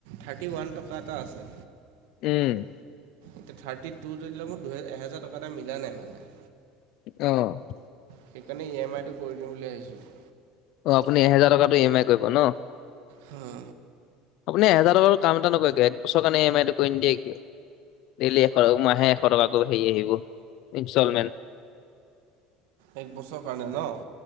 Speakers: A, on the right (about 80°); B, on the left (about 50°).
A: থাৰ্টি ওৱান টকা এটা আছে।
B: উম।
A: এতিয়া থাৰ্টি টু যদি <unintelligible> মোৰ দুই এহেজাৰ টকা এটা মিলা নাই মানে।
B: অ'।
A: সেইকাৰণে ইএমআই টো কৰি দিম বুলি ভাবিছিলোঁ।
B: অ' আপুনি এহেজাৰটকা টো ইএমমাই কৰিব ন?
A: হা।
B: আপুনি এহাজাৰ টকাটো কাম এটা নকৰে কিয় এক বছৰ কাৰণে এম আইটো কৰি নিদিয়ে কিয়। ডেইলি এশ মাহে এশ টকাকৈ হেৰি আহিব ইনষ্টলমেণ্ট।
A: এক বছৰ কাৰণে ন?